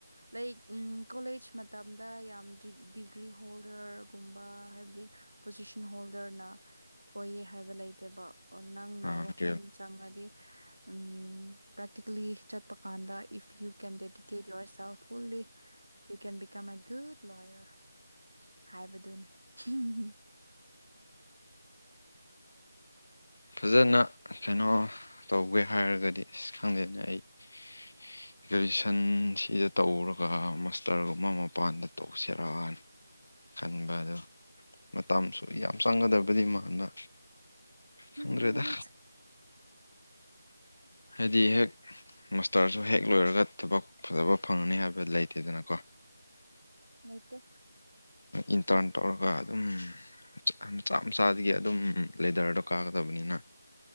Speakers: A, on the right; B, on the left.
A: ꯂꯥꯏꯛ ꯎꯝ ꯀꯣꯂꯦꯖ ꯃꯇꯝꯗ ꯌꯥꯝ ꯗꯤ ꯗꯤꯒ꯭ꯔꯤ ꯍꯣꯜꯗꯔꯒꯨꯝꯕ ꯍꯥꯏꯕꯗꯤ ꯄꯣꯖꯤꯁꯟ ꯍꯣꯜꯗꯔꯅ ꯑꯣꯏꯌꯦ ꯍꯥꯏꯕ ꯂꯩꯇꯦꯕ ꯅꯪꯅ
B: ꯑꯥ
A: ꯋꯥꯈꯜ
B: ꯀꯩ
A: ꯆꯪꯉꯗꯤ ꯎꯝ ꯄ꯭ꯔꯦꯛꯇꯤꯀꯦꯜꯂꯤ ꯆꯠꯄ ꯀꯥꯟꯗ if you can dedicate yourself fully you can become a good lawyer ꯍꯥꯏꯕꯗꯨꯅꯤ <unintelligible>
B: ꯐꯖꯅ ꯀꯩꯅꯣ ꯇꯧꯒꯦ ꯍꯥꯏꯔꯒꯗꯤ ꯑꯁ ꯈꯪꯗꯦꯗ ꯑꯩ <unintelligible> ꯒ꯭ꯔꯦꯖꯨꯌꯦꯁꯟ ꯁꯤ ꯇꯧꯔꯒ ꯃꯁꯇꯔꯒꯨꯝꯕ ꯃꯄꯥꯟꯗ ꯇꯧꯁꯤꯔꯥꯅ ꯈꯟꯕ ꯑꯗꯣ ꯃꯇꯝꯁꯨ ꯌꯥꯝ ꯆꯪꯒꯗꯕꯗꯤ ꯃꯥꯟꯕ꯫
A: ꯆꯪꯒꯅꯤ
B: ꯈꯪꯗ꯭ꯔꯦꯗ꯫ ꯍꯥꯏꯗꯤ ꯍꯦꯛ꯫ ꯃꯁꯇꯔꯖꯨ ꯍꯦꯛ ꯂꯣꯏꯔꯒ ꯊꯕꯛ ꯐꯖꯕ ꯐꯪꯉꯅꯤ ꯍꯥꯏꯕ ꯂꯩꯇꯦꯗꯅꯀꯣ꯫
A: ꯂꯩꯇꯦ꯫
B: ꯏꯟꯇꯔꯥꯟ ꯇꯧꯔꯒ ꯑꯗꯨꯝ ꯍꯨꯖꯤꯀꯥꯟ ꯃꯆꯥ ꯃꯆꯥꯗꯒꯤ ꯑꯗꯨꯝ ꯂꯦꯗꯔꯗꯣ ꯀꯥꯒꯗꯕꯅꯤꯅ꯫